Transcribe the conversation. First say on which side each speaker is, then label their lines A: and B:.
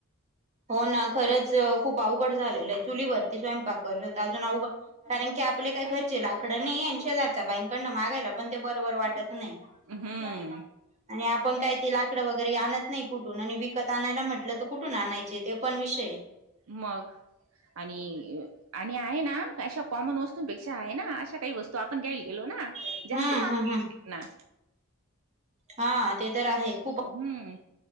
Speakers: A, on the right (about 35°); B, on the right (about 75°).
A: हो नां खरंच खूंप अवघडं झालेलं आहे चुलींवरती स्वयंपाक खरंच अजूंन अवघं कारणं की आपले कायं घरंचे लाग तिकडं नाहीं ऐंशी हजारच्यां बाईन कडनं मागांयला पणं ते बरोबर वाटतं नाहीं तुझे
B: हम्म
A: आले कां आणि आपणं कायं ते लाकडं वगैरें आणतं नाहीं कुठूंन आणि विकतं आणांयला म्हटलं तरं कुठूंन आणायचं चे पणं विषय आहे
B: मंग आणि आणि आहे नां अशा कॉमन वस्तूंपेक्षा आहे नां हां अशा कांहीं वस्तूं आपणं घ्यायला गेलो नां
A: हम्म
B: जास्तं महांग
A: हम्म
B: नां
A: हां ते तरं आहेतं
B: हं